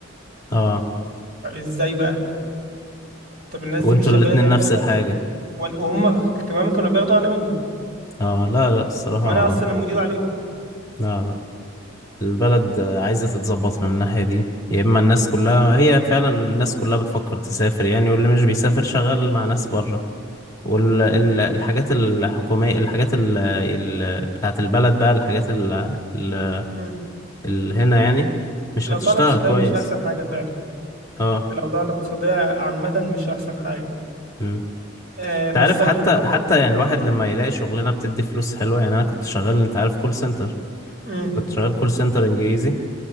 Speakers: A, on the left; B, on the right.
A: اه
B: طب ازاي بقى طب الناس
A: وانتوا
B: دي مش شغاله
A: الاتنين
B: زي ما
A: نفس
B: انا شغال
A: الحاجة
B: وأنا- وهم كمان كانوا بياخدوا اعلى مني
A: اه لا لا الصراحة
B: وانا اصلا المدير عليهم
A: لا لا البلد عايزة تتظبط من الناحية دي يا اما الناس كلها هي فعلا الناس كلها بتفكر تسافر يعني واللي مش بيسافر شغال مع ناس بره والحاجات الحكومية الحاجات ال- ال- بتاعت البلد بقى الحاجات ال- ال-
B: مم.
A: اللي هنا يعني مش
B: الأوضاع
A: هتشتغل
B: الاقتصادية
A: كويس
B: مش أحسن حاجة فعلا
A: اه
B: الأوضاع الاقتصادية عامة مش أحسن حاجة
A: امم
B: أه
A: انت
B: بس
A: عارف
B: أنا
A: حتى
B: فكرت
A: حتى يعني الواحد لما يلاقي شغلانه بتدي فلوس حلوه يعني انا كنت شغال انت عارف كول سنتر
B: امم
A: كنت شغال كول سنتر انجليزي